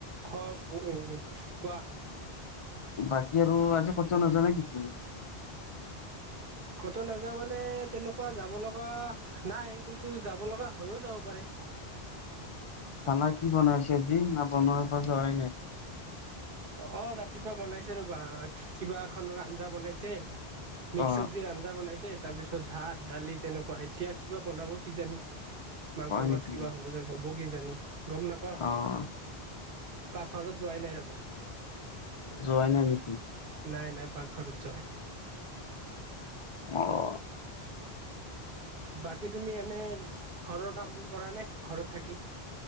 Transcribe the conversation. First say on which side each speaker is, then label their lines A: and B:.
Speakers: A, on the right (about 60°); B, on the left (about 50°).
A: ঘ উ কোৱা?
B: বাকী আৰু আজি ক'তো নাজা নে কি তুমি?
A: ক'তো নাযাওঁ মানে তেনেকুৱা যাব লগা নাই, কিন্তু যাব লগা হৈও যাব পাৰে?
B: খানা কি বনাইছেজি না বনোৱাৰ পাছ যাৱাই নাই?
A: অ, ৰাতিপুৱা বনাইছে ৰবা কিবা এখনৰ আঞ্জা বনাইছে? মিক্স
B: অ
A: চব্জিৰ আঞ্জা বনাইছে তাৰ পিছত ভাত দালি তেনেকুৱা এতিয়া কিবা বনাব কিজানি?
B: <inaudible>
A: মাংস মাছ
B: নেকি
A: কিবা হ'ব যে হ'ব কি জানি গম নাপাওঁ।
B: অ
A: পাকঘৰত যোৱাই নাই ৰ'বা।
B: যোৱাই নাই নেকি?
A: নাই, নাই পাকঘৰত যোৱাই নাই।
B: অ',
A: বাকী তুমি এনে ঘৰৰ কামবোৰ কৰা নে, ঘৰত থাকি?